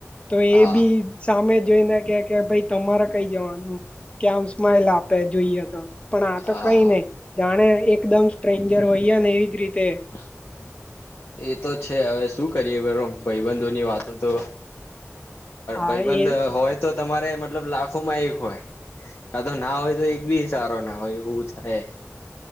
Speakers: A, on the left (about 25°); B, on the left (about 55°).
A: તો
B: હા
A: એ ભી સામે જોઈને કે કે ભાઈ તમારે કઈ જવાનું કે આમ સ્માઈલ આપે જોઈએ તો પણ આ તો
B: હા
A: કઈ
B: હા
A: નહી જાણે એકદમ સ્ટ્રેન્જર હોઈયા ને એવીજ રીતે
B: <inaudible> એ તો છે હવે શું કરીએ ભાઈબંધો ની વાતો તો
A: હા
B: ભાઈબંધ
A: એ
B: હોય તો તમારે મતલબ લાખોમાં એક હોય કા તો ના હોય તો એક બી સારો ના હોય એવું થાય